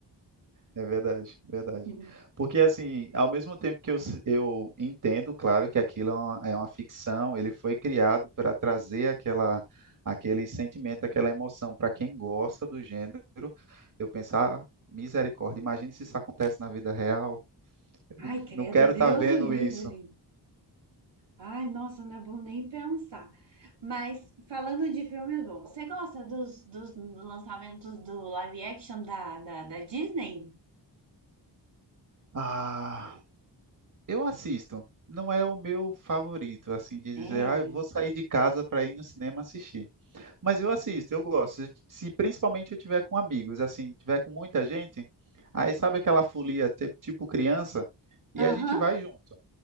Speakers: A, on the right; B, on the right.
A: É verdade, verdade.
B: <laughs>
A: Porque, assim, ao mesmo tempo que eu, s- eu entendo, claro, que aquilo é uma, é uma ficção, ele foi criado para trazer aquela, aquele sentimento, aquela emoção para quem gosta do gênero. Eu pensar, "Ah, misericórdia, imagine se isso acontece na vida real.
B: Ai, credo,
A: Não quero
B: Deus
A: estar vendo
B: o livre.
A: isso.
B: Ai, nossa, não é bom nem pensar. Mas falando de filmes bons, você gosta dos, dos lançamentos do live action da, da, da Disney?
A: Ah, eu assisto. Não é o meu favorito, assim, de
B: É.
A: dizer, ah, eu vou sair de casa para ir no cinema assistir. Mas eu assisto, eu gosto. Se principalmente eu tiver com amigos, assim, tiver com muita gente, aí sabe aquela folia ti- tipo criança?
B: Aham,
A: E a gente vai junto.